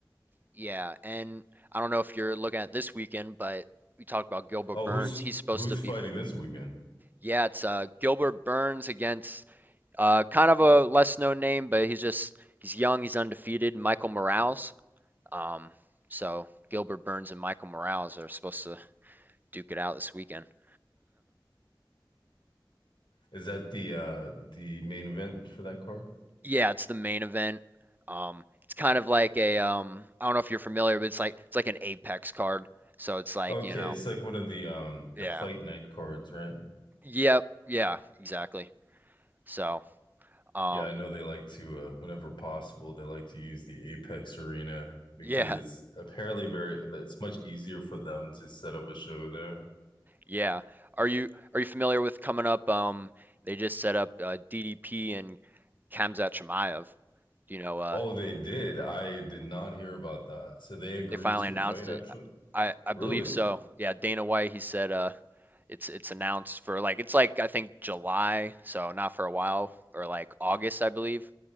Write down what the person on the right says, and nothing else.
yeah, and I don't know if you're looking at this weekend, but we talked about Gilbert
Burns.
He's supposed
to be
yeah, it's uh Gilbert Burns against uh kind of a less known name, but he's just he's young, he's undefeated, Michael Morales. Um, so Gilbert Burns and Michael Morales are supposed to duke it out this weekend. <laughs>
Yeah, it's the main event. Um, it's kind of like a um, I don't know if you're familiar, but it's like it's like an Apex card. So it's like,
you know,
yeah.
Yep, yeah, exactly. So, um,
<laughs> yeah,
yeah. Are you are you familiar with coming up? Um, they just set up uh, DDP and Khamzat Chimaev. You know, uh,
they finally
announced
it. I I
believe so. Yeah, Dana White, he said uh it's it's announced for like it's like I think July, so not for a while or like August, I believe,